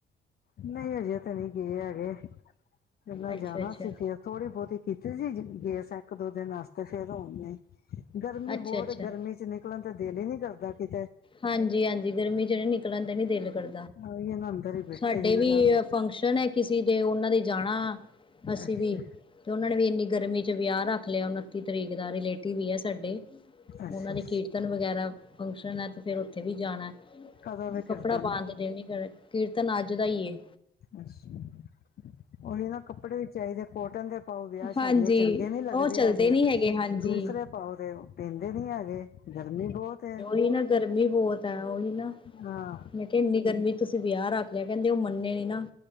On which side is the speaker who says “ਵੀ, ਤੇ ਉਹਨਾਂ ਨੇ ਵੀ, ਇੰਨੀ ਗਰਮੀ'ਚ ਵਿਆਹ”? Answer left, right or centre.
Left